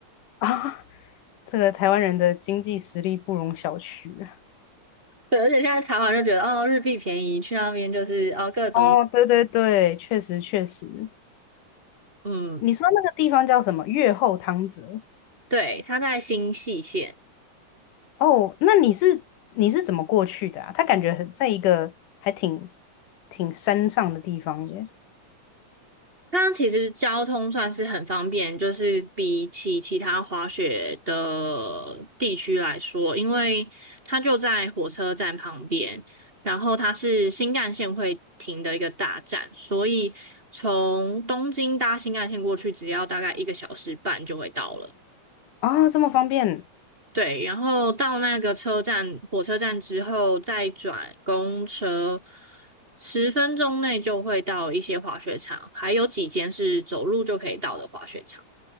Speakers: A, on the left (about 80°); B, on the right (about 20°).
A: 啊。这个台湾人的经济实力不容小觑。
B: 对，而且现在台湾就觉得哦，日币便宜，去那边就是哦各种
A: 哦，对对对，确实确实。
B: 嗯，
A: 你说那个地方叫什么？越后汤泽。
B: 对，他在新细线。
A: 哦，那你是你是怎么过去的啊？他感觉很在一个还挺挺山上的地方耶。
B: 它其实交通算是很方便，就是比起其他滑雪的地区来说，因为它就在火车站旁边，然后它是新干线会停的一个大站，所以从东京搭新干线过去，只要大概一个小时半就会到了。
A: 啊、这么方便，
B: 对，然后到那个车站，火车站之后再转公车，十分钟内就会到一些滑雪场，还有几间是走路就可以到的滑雪场。